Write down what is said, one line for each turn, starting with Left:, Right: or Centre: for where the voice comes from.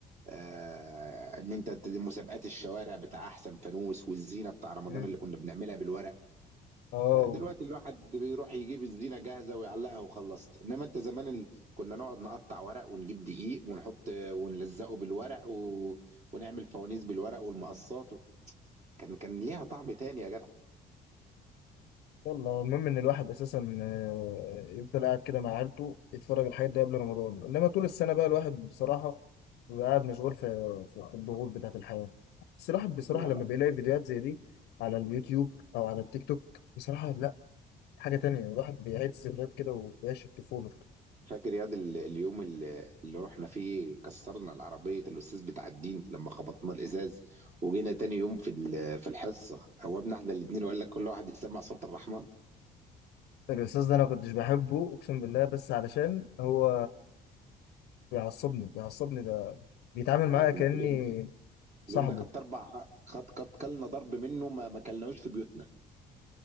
Right: آه ان انت ت- مسابقات الشوارع بتاع احسن فانوس والزينه بتاع رمضان
Left: مم.
Right: اللي كنا بنعملها بالورق
Left: اه
Right: دلوقتي الواحد بيروح يجيب الزينه جاهزه ويعلقها وخلصت انما انت زمان ال... كنا نقعد نقطع ورق ونجيب دقيق ونحط ونلزقه بالورق و... ونعمل فوانيس بالورق والمقصات و... كان كان ليها طعم تاني يا جدع
Left: والله المهم ان الواحد اساسا آه، يفضل قاعد كده مع عيلته يتفرج على الحاجات دي قبل رمضان انما طول السنه بقى الواحد بصراحه بيبقى قاعد مشغول في في في الضغوط بتاعه الحياه بس الواحد بصراحه
Right: لا
Left: لما
Right: لا
Left: بيلاقي فيديوهات زي دي على اليوتيوب او على التيك توك بصراحه لا حاجه تانية الواحد بيعيد الذكريات كده وبيعيش الطفوله
Right: فاكر ياض ال- اليوم اللي اللي رحنا فيه كسرنا العربية الأستاذ بتاع الدين لما خبطنا الإزاز وجينا تاني يوم في ال- في الحصة قومنا احنا الاتنين وقال لك كل واحد يسمع سورة الرحمن
Left: الاستاذ ده انا كنتش بحبه اقسم بالله بس علشان هو بيعصبني بيعصبني ده بيتعامل معايا
Right: احنا
Left: كاني
Right: في اليوم
Left: صاحبه
Right: اليوم ده خدت اربع خد خد كلنا ضرب منه ما ما كلناهوش في بيوتنا